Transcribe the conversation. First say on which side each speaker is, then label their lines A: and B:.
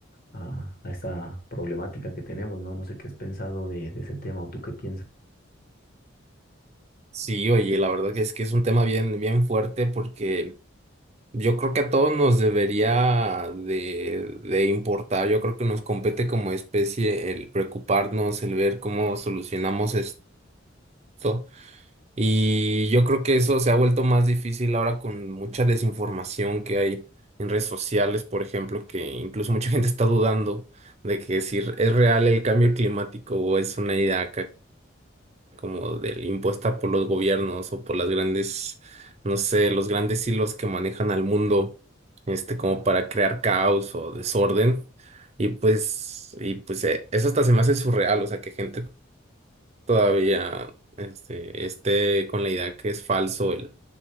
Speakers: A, on the left; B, on the right.
A: a- a esta problemática que tenemos, ¿no? No sé qué has pensado de, de ese tema o tú qué piensas.
B: Sí, oye, la verdad que es que es un tema bien, bien fuerte porque yo creo que a todos nos debería de, de importar, yo creo que nos compete como especie el preocuparnos, el ver cómo solucionamos esto. Y yo creo que eso se ha vuelto más difícil ahora con mucha desinformación que hay en redes sociales, por ejemplo, que incluso mucha gente está dudando de que si es real el cambio climático o es una idea acá como del impuesta por los gobiernos o por las grandes, no sé, los grandes hilos que manejan al mundo, este, como para crear caos o desorden. Y pues, y pues eh, eso hasta se me hace surreal, o sea, que gente todavía este, esté con la idea que es falso el,